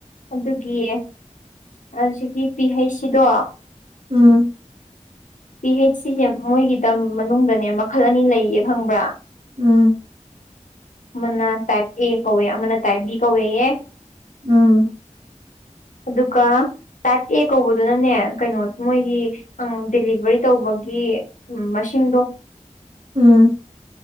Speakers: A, on the left (about 85°); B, on the right (about 50°).
A: ꯑꯗꯨꯒꯤ ꯍꯧꯖꯤꯛꯀꯤ ꯄꯤ ꯍꯩꯆ ꯁꯤꯗꯣ
B: ꯎꯝ
A: ꯄꯤ ꯍꯩꯆ ꯁꯤꯁꯦ ꯃꯣꯏꯒꯤꯗ ꯃꯅꯨꯡꯗꯅꯦ ꯃꯈꯜ ꯑꯅꯤ ꯂꯩꯌꯦ ꯈꯪꯕ꯭ꯔꯥ
B: ꯎꯝ
A: ꯃꯅ ꯇꯥꯏꯞ ꯑꯦ ꯀꯧꯋ ꯑꯃꯅ ꯇꯥꯏꯞ ꯕꯤ ꯀꯧ ꯌꯥ
B: ꯑꯝ
A: ꯑꯗꯨꯒ ꯇꯥꯏꯞ ꯑꯦ ꯀꯧꯕꯗꯨꯅꯅꯦ ꯀꯩꯅꯣ ꯃꯣꯏꯒꯤ ꯗꯦꯂꯤꯚꯔꯤ ꯇꯧꯕꯒꯤ ꯃꯁꯤꯡꯗꯣ
B: ꯎꯝ